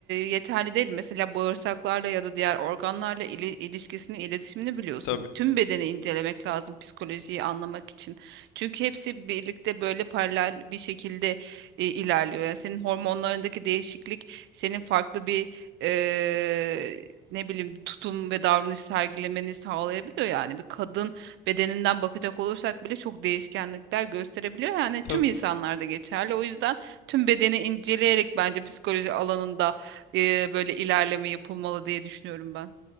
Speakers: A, on the right; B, on the left.
A: yeterli değil. Mesela bağırsaklarla ya da diğer organlarla ili- ilişkisini, iletişimini biliyorsun.
B: Tabii,
A: Tüm bedeni incelemek lazım psikolojiyi anlamak için. Çünkü hepsi birlikte böyle paralel bir şekilde e, ilerliyor. Yani senin hormonlarındaki değişiklik senin farklı bir eee, ne bileyim tutum ve davranış sergilemeni sağlayabiliyor yani. Bir kadın bedeninden bakacak olursak bile çok değişkenlikler gösterebiliyor. Yani
B: tabii
A: tüm insanlarda
B: ki.
A: geçerli. O yüzden tüm bedeni inceleyerek bence psikoloji alanında eee, böyle ilerleme yapılmalı diye düşünüyorum ben.